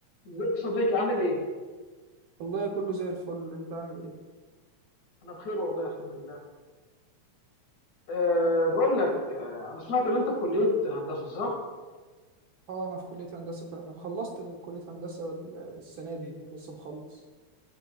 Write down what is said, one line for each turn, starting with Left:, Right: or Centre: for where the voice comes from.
Left: ازيك يا صديقي عامل ايه؟
Right: والله كله زي الفل انت عامل ايه
Left: انا بخير والله الحمد لله. أه بقول لك أه انا سمعت ان انت في كلية هندسة صح؟
Right: اه انا في كلية هندسة فعلا خلصت كلية هندسة السنة دي لسه مخلص